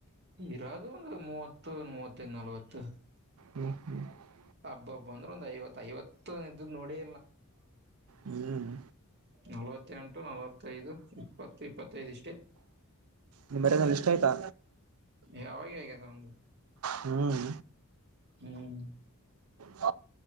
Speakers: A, on the right; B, on the right.
A: ಇರಾದು ಒಂದು ಮೂವತ್ತು ಮೂವತ್ತ ನಲ್ವತ್ತು
B: ಹ್ಮ್ ಹ್ಮ್ <unintelligible>
A: ಹಬ್ಬ ಹಬ್ಬ ಅಂದ್ರೆ ಒಂದ ಐವ ಐವತ್ತು ಇದ ನೋಡಿ
B: ಹ್ಮ್
A: ನಲವತ್ತೆಂಟು ನಲವತ್ತೈದು ಇಪ್ಪತ್ತು ಇಪ್ಪತ್ತೈದುಷ್ಟೇ,
B: ನಿಮ್ ಮರ್ಯಾಗ ಲಿಸ್ಟ್ ಆಯ್ತಾ
A: ಯಾವಾಗ ಹೇಗದ ನಂದು
B: ಹ್ಮ್
A: ಹ್ಮ್
B: ಹ